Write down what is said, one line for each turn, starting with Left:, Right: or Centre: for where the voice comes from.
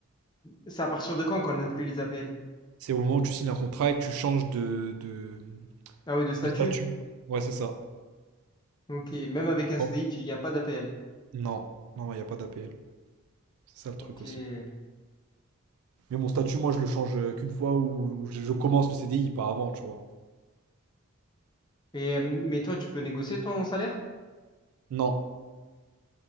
Left: C'est à partir de quand qu'on n'a plus les APL?
Right: C'est au moment où tu signes un contrat et que tu changes de, de,
Left: Ah oui, de statut?
Right: de statut. Ouais, c'est ça.
Left: Ok, même avec un
Right: Bon.
Left: CDI, tu- il n'y a pas d'APL.
Right: Non, non, il n'y a pas d'APL. C'est ça le
Left: Ok.
Right: truc aussi.
Left: Et,
Right: Mais mon statut, moi, je le change euh, qu'une fois où je, je commence le CDI, pas avant, tu vois.
Left: euh, mais toi, tu peux négocier ton salaire?
Right: Non,